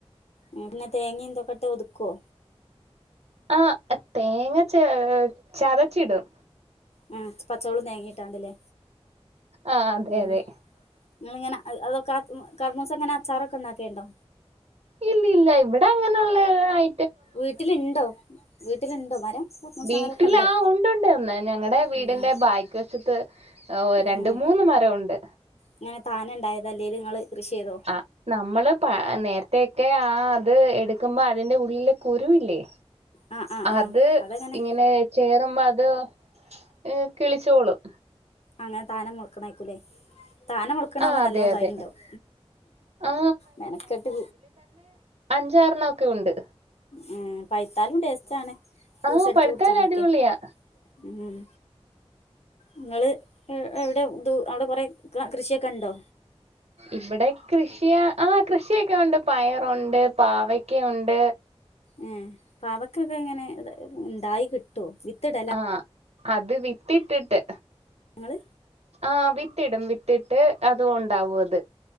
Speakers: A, on the left; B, on the right.
A: പിന്നെ തേങ്ങയും ഇന്തൊക്കെട്ട് ഒതുക്കുവൊ
B: ആഹ് തേങ്ങ ച ചതച്ചി ഇടും
A: ഉം പച്ചോളം തേങ്ങിട്ടാണ്ടല്ലേ
B: ആഹ് അതെ
A: ഉം
B: അതെ
A: നിങ്ങള് ഇങ്ങനെ അതൊക്കെ കർമൂസ അങ്ങനെ അച്ചാറൊക്കെ ഉണ്ടാക്കിയണ്ടോ
B: ഇല്ല ഇല്ല ഇവിടെ അങ്ങനെയുള്ള ഐ
A: വീട്ടിലുണ്ടോ വീട്ടിലുണ്ടോ മരം കർമൂസ
B: വീട്ടിലാ
A: മരമൊക്കെ ഉണ്ടോ
B: ഉണ്ടുണ്ട്ന്ന് ഞങ്ങളടെ വീടിന്റെ
A: ഉം
B: ബാക്ക് വശത്ത് ഓ രണ്ട്
A: ഉം
B: മൂന്ന് മരംണ്ട്
A: ഇങ്ങനെ താനെ ഉണ്ടായതാ അല്ലേല് നിങ്ങള് കൃഷി ചെയ്തോ
B: ആ നമ്മള് പ നേരത്തേക്കെ ആ അത് എടുക്കുമ്പോ അതിന്റെ ഉള്ളിലെ കുരുവില്ലേ
A: ആ ആ ആ
B: അത്
A: അതെങ്ങനെ
B: ഇങ്ങനെ ചേറുമ്പ അത് അഹ് കിളിച്ചോളും
A: അങ്ങനെ താനം മുളക്കണ ആയ്ക്കൂലേ താനെ മുളക്കണാവുമ്പോ
B: ആ അതെ
A: നല്ലോ
B: അതെ
A: കായിണ്ടാവും
B: ആ
A: മെനക്കെട്ട്
B: അഞ്ചാറണ്ണവൊക്കെ ഉണ്ട്
A: ഉം പഴ്ത്താലും ടേസ്റ്റാണ് ജ്യൂസ്
B: ആ
A: അടിച്ച്
B: പഴുത്താൽ
A: കുടിച്ചാനൊക്കെ
B: അടിപൊളിയാ
A: ഉം ഇങ്ങള് എഹ് എവിടെ ദൂ അവിടെ കൊറെ ക കൃഷിയൊക്കെ എണ്ടോ
B: ഇവിടെ കൃഷിയാ ആഹ് കൃഷിയൊക്കെ ഉണ്ട് പയറുണ്ട് പാവക്കുണ്ട്
A: ഏഹ് പാവക്കൊക്കെ എങ്ങനെ ഇണ്ടായി കിട്ടുവോ വിത്തിടലാ
B: ആഹ് അത് വിത്തിട്ടിട്ട്
A: നിങ്ങള്
B: ആഹ് വിത്തിടും വിത്തിട്ട് അത് ഒണ്ടാവും അത്